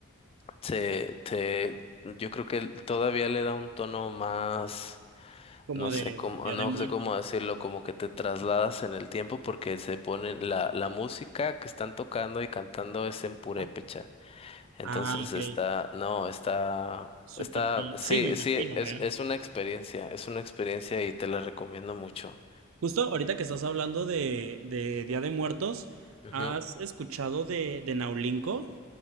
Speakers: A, on the left; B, on the right.
A: te, te, yo creo que todavía le da un tono más,
B: como
A: no sé
B: de
A: cómo,
B: Día
A: no
B: de Muertos.
A: sé cómo
B: ¿no?
A: decirlo, como que te trasladas en el tiempo porque se pone la, la música que están tocando y cantando es en purépecha.
B: Ah,
A: Entonces
B: ah, ok.
A: está, no, está,
B: Súper.
A: está, sí,
B: Sí, me imagino,
A: sí, es,
B: ¿eh?
A: es una experiencia, es una experiencia y te la recomiendo mucho.
B: Justo ahorita que estás hablando de, de Día de Muertos,
A: Ujú.
B: ¿has escuchado de, de Naulinco?